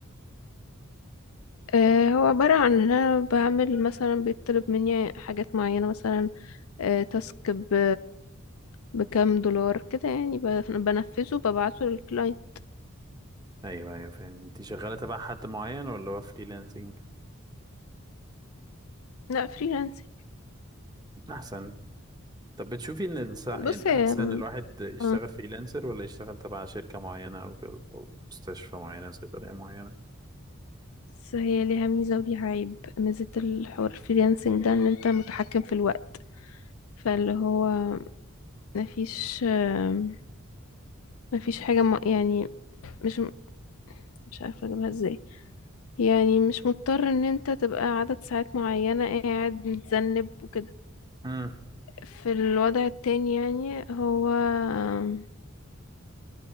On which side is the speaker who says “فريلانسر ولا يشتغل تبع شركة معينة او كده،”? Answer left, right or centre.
Right